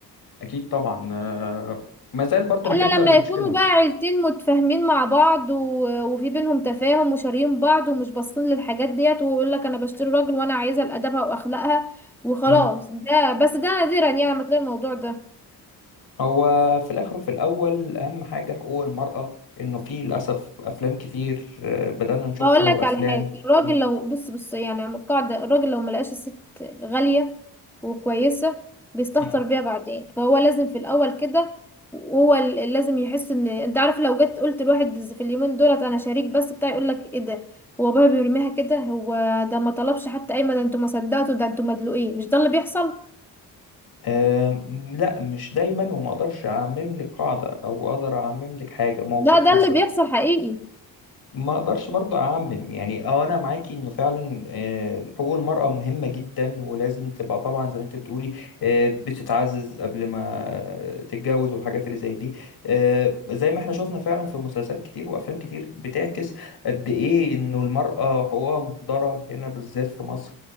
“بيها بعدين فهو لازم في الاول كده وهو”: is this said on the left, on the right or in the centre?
Centre